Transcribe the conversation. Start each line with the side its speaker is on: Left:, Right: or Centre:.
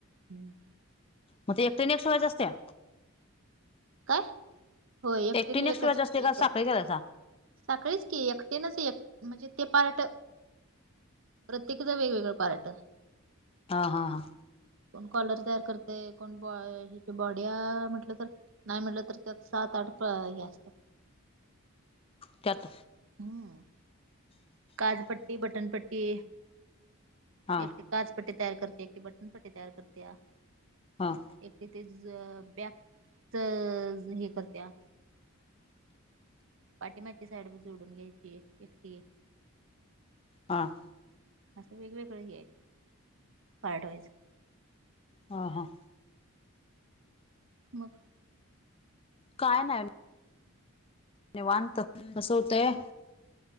Right: हम्म.
Left: मग ते एक टी न एक शिवायच असतया?
Right: काय? होय एकटिन
Left: एकटीने एक
Right: एकच
Left: शिवायची असते का
Right: एकच.
Left: साखळी करायचा
Right: साखळीच की एकटिनच एक म्हणजे ते पारट प्रत्येकीच वेगवेगळं पारट.
Left: हां हां हां.
Right: कोण कॉलर तयार करते कोण ब ही बॉडी म्हटलं तर नाही म्हटलं तर त्यात सात आठ प्र ही असतेत.
Left: त्यात
Right: हम्म काजपट्टी, बटनपट्टी,
Left: हा
Right: एक काजपट्टी तयार करती, ती बटन पट्टी तयार करतीया.
Left: हां.
Right: एकटि च्यांच <unintelligible> बॅकच हि करतीया. पाठीमागची साईड बी जोडून घ्यायची एक ती.
Left: हा.
Right: असं वेगवेगळें हे आहेत, पार्टवाईज.
Left: हा हा.
Right: मग?
Left: काय नाही निवांत कस होतय